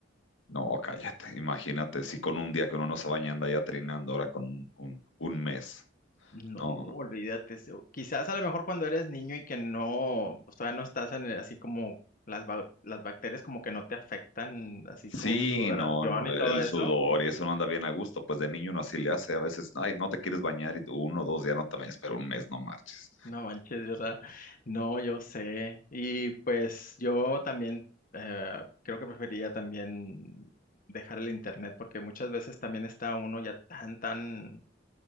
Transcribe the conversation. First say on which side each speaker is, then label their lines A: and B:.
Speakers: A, on the left (about 75°); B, on the left (about 45°).
A: No, cállate, imagínate, si con un día que uno no se baña anda ya trinando, ahora con un, un mes,
B: No,
A: no.
B: olvídate. se- Quizás a lo mejor cuando eres niño y que no, pues todavía no estás en el- así como las, ba- las bacterias como que no te afectan, así
A: Sí,
B: como tu sudoración
A: no, no,
B: y
A: el
B: todo eso.
A: sudor y eso no anda bien a gusto, pues de niño uno así le hace, a veces, ay, no te quieres bañar y tú uno o dos días no te bañas, pero un mes no marches.
B: No manches, ¿verdad? No, yo sé. Y pues yo también eh, creo que preferiría también dejar el internet porque muchas veces también está uno ya tan, tan,